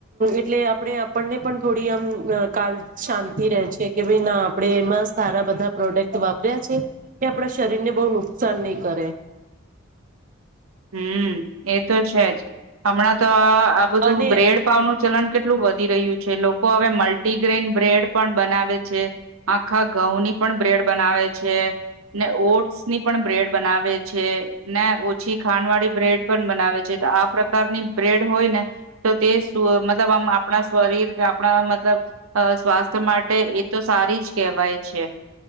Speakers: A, on the right; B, on the right.
A: એટલે આપણે આપણને પણ થોડી આમ કાલ શાંતિ રહે છે. કે ભાઈ ના આપડે એમાં સારા બધા પ્રોડક્ટ વાપર્યા છે કે આપડા શરીર ને બહુ નુકસાન નહી કરે.
B: <inaudible> હમ્મ એ તો છે જ હમણાં તો આ આ બધું
A: અને
B: બ્રેડ પાવ નું ચલન કેટલું વધી રહ્યું છે લોકો હવે મલ્ટ ગ્રેન બ્રેડ પણ બનાવે છે આખા ઘઉં ની પણ બ્રેડ બનાવે છે ને ઓટ્સ ની પણ બ્રેડ બનાવે છે ને ઓ પછી ખાંડવાળી બ્રેડ પણ બનાવે છે તો આ પ્રકારની બ્રેડ હોય ને તો તે શું મતલબ આ ક્લિપબોર્ડમાં સ્વાગત છે તમે જે ટેક્સ્ટને કૉપિ કરશો તેને અહીં સાચવવામાં આવશે. આપણા શરીર આપણા મતલબ અ સ્વાસ્થ્ય માટે એ તો સારી જ કહેવાય છે.